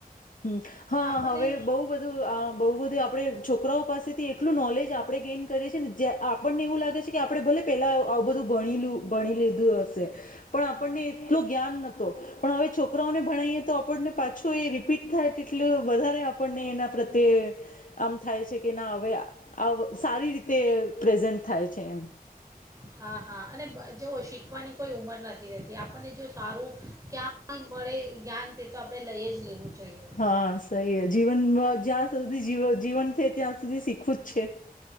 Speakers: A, on the left; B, on the right.
A: હમ્મ હા
B: આપણને
A: હવે બહુ બધું બહુ બધું આપણેે છોકરાઓ પાસેથી એટલું નોલેજ આપણે ગેઈન કરીએ છી ને જે આપણને એવું લાગે છે કે આપણે ભલે પેલા આવું બધુ ભણી ભણી લીધું હશે પણ આ આપણને એટલુ જ્ઞાન નોતું પણ હવે છોકરાઓને ભણાઈએ તો આપણને પાછો એ રપીટ થાય તેટલ વધારે આપને એના પ્રત્યે આમ થાય છે કે ના હવે આવ સારી રીતે પ્રેઝન્ટ થાય છે એમ
B: હા હા અને જો શીખવાની કોઈ ઉમર નથી રહેતી આપણને જો સારું ક્યાં મળે જ્ઞાન તે તો આપણે લઈ જ લેવું જોઈએ
A: હા સહી હૈ જીવન જ્યાં સુધી જે ત્યાં સુધી શીખવું જ છે <inaudible>